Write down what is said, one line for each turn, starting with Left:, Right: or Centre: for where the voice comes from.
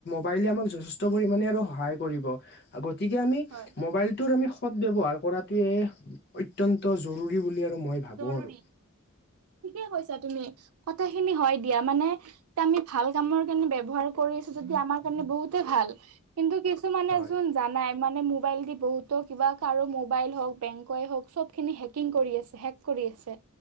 Left: পাৰিলে আমাৰ যথেষ্ট পৰিমাণে আৰু সহায় কৰিব গতিকে আমি
Right: হয়,
Left: মোবাইলটো আমি সদ ব্যৱহাৰ কৰাটোৱে অত্যন্ত জৰুৰী বুলি আৰু মই ভাবো
Right: জৰুৰী
Left: আৰু।
Right: ঠিকে কৈছা তুমি কথাখিনি হয় দিয়া মানে এতিয়া আমি ভাল কামৰ কাৰণে ব্যৱহাৰ কৰি আছো যদি আমাৰ কাৰণে বহুতে ভাল কিন্তু কিছুমানক
Left: হয়,
Right: যোন জানাই মানে মোবাইল দি বহুতো কিবা কাৰো মোবাইল হওক বেংকই হওক চবখিনি হেকিং কৰি আছে হেক কৰি আছে